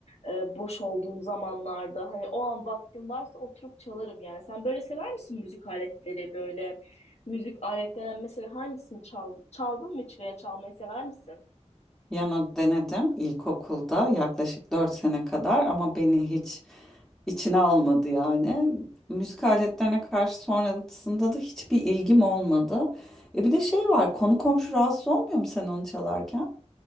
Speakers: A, on the left (about 65°); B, in the centre.
A: e, boş olduğum zamanlarda hani o an vaktim varsa oturup çalarım yani. Sen böyle sever misin müzik aletleri böyle müzik aletlerinden mesela hangisini çal çaldın mı hiç veya çalmayı sever misin?
B: Piyano denedim ilkokulda yaklaşık 4 sene kadar ama beni hiç içine almadı yani. Müzik aletlerine karşı sonrasında da hiçbir ilgim olmadı. E bir de şey var konu komşu rahatsız olmuyor mu sen onu çalarken?